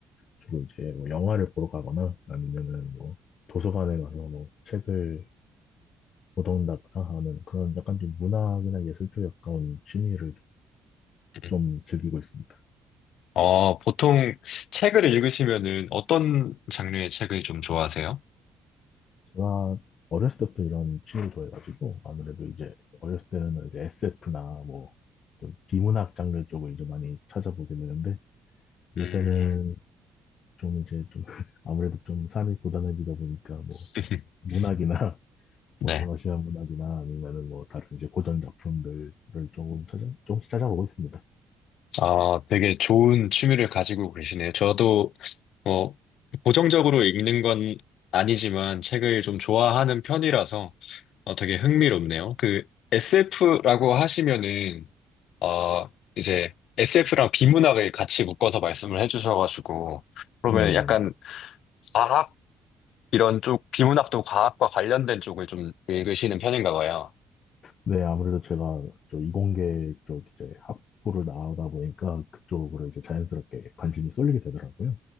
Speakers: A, on the left; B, on the left.
A: 주로 이제 뭐 영화를 보러 가거나 아니면은 뭐 도서관에 가서 뭐 책을 보던다거나 하는 그런 약간 좀 문학이나 예술 쪽에 가까운 취미를
B: 음.
A: 좀 즐기고 있습니다.
B: 어, 보통 책을 읽으시면은 어떤 장르의 책을 좀 좋아하세요?
A: 제가 어렸을 때부터 이런 취미를 좋아해가지고 아무래도 이제 어렸을 때는 이제 SF나 뭐 좀 비문학 장르 쪽을 이제 많이 찾아보게 되는데 요새는
B: 음,
A: 좀 이제 좀 <laughs> 아무래도 좀 삶이 고단해지다 보니까 뭐
B: <laughs>
A: 문학이나 <laughs>
B: 네.
A: 뭐 러시아 문학이나 아니면은 뭐 다른 이제 고전 작품들을 조금 찾아 조금씩 찾아보고 있습니다.
B: 아, 되게 좋은 취미를 가지고 계시네요. 저도, 어, 고정적으로 읽는 건 아니지만 책을 좀 좋아하는 편이라서 어, 되게 흥미롭네요. 그 SF라고 하시면은, 어, 이제 SF랑 비문학을 같이 묶어서 말씀을 해주셔가지고, 그러면
A: 네네.
B: 약간 과학 이런 쪽, 비문학도 과학과 관련된 쪽을 좀 읽으시는 편인가 봐요.
A: 네, 아무래도 제가 저 이공계 쪽 이제 학부를 나오다 보니까 그쪽으로 이제 자연스럽게 관심이 쏠리게 되더라고요.